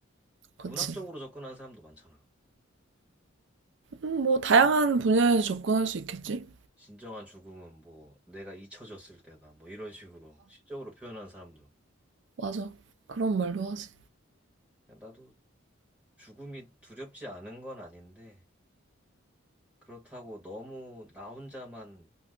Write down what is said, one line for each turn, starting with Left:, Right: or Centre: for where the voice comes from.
Right: 그치?
Centre: 문학적으로 접근하는 사람도 많잖아.
Right: 음, 뭐 다양한 분야에서 접근할 수 있겠지?
Centre: 진정한 죽음은 뭐 내가 잊혀졌을 때다. 뭐 이런 식으로 시적으로 표현하는 사람도. 야,
Right: 맞아. 그런 말도 하지.
Centre: 나도 죽음이 두렵지 않은 건 아닌데, 그렇다고 너무 나 혼자만